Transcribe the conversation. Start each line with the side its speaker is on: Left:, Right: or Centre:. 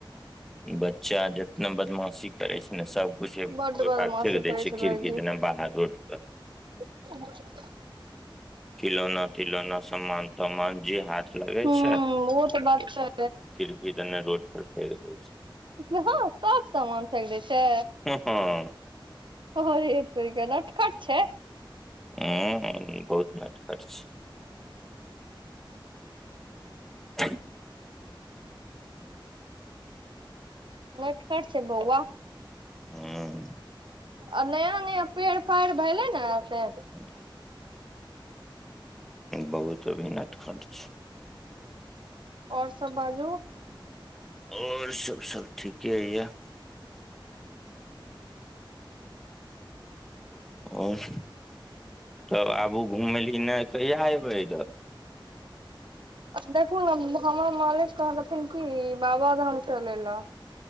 Centre: बच्चा जितना बदमाशी करै छै सब कुछ फोर
Right: बड्ड बदमाशी
Centre: फैर फेक दय
Right: करै
Centre: छै खिड़की
Right: भाईजी
Centre: देने बाहर रोड पर
Right: <unintelligible>
Centre: खिलौना तिलौना समान तामान जे हाथ लगे
Right: ह
Centre: छै खिड़की
Right: ओ तऽ बात छै
Centre: देने रोड पर फेक दय छै
Right: हँ सब समान फेक दय छै
Centre: हूँ हँ
Right: अरे तोरि के नट खट छै
Centre: ह हु बहुत नटखट छै <unintelligible>
Right: नटखट छै बौआ
Centre: हँ हू
Right: आ नया नया पेड़ पैर भेलै ने तै
Centre: <unintelligible> बहुत अभी नटखट छै
Right: आओर सब बाजू।
Centre: और सब सब ठीके य। आओर तब आबू घुमली नहि कहिया अयबै इधर।
Right: देखू ने हमर मालिक कह रहथिन की बाबाधाम चले लए